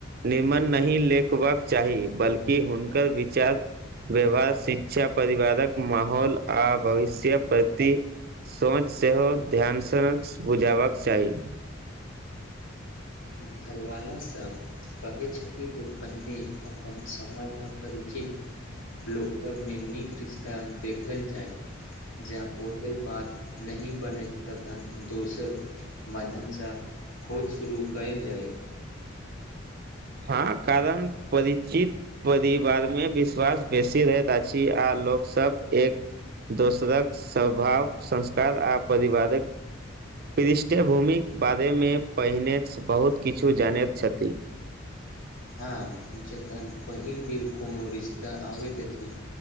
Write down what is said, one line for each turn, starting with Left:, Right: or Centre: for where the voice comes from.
Right: निमन नहि लेखबाक चाही बल्कि हुनकर विचार व्यवहार शिक्षा परिवारक माहौल आ भविष्य प्रति सोच सेहो ध्यानसँ बुझबाक चाही
Left: घर वाला सब कहै छथि जे पहिने अपन समय अपरिचित लोक सभमे नीक रिश्ता देखल जाय जाउ ओतै बात नही बने तखन दोसर माध्यमसँ खोज शुरू कयल जाय
Right: हँ कारण परिचित परिवारमे विश्वास बेसी रहैत अछि आ लोक सब एक दोसरक स्वभाव संस्कार आ परिवारक पृष्ठभूमिक बारेमे पहिनेसँ बहुत किछु जानैत छथि
Left: हँ जखन पहिल बेर कोनो रिश्ता आबैत अछि